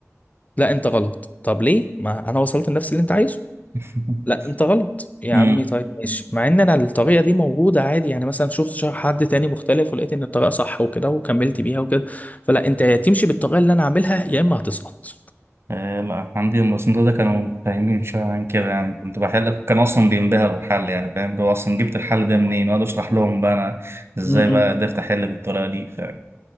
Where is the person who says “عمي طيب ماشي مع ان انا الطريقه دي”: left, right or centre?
Left